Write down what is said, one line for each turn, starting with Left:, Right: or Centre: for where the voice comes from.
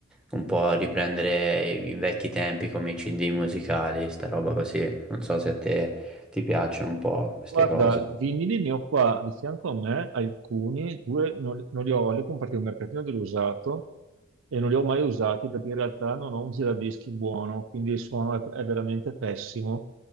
Centre: un po' riprendere i, i vecchi tempi come i CD musicali, sta roba così. Non so se a te ti piacciono un po' queste
Right: Guarda,
Centre: cose.
Right: vinili ne ho qua di fianco a me alcuni, due non, li non li ho, li ho comprati al mercatino dell'usato e non li ho mai usati perché in realtà non ho un giradischi buono, quindi il suono è, è veramente pessimo.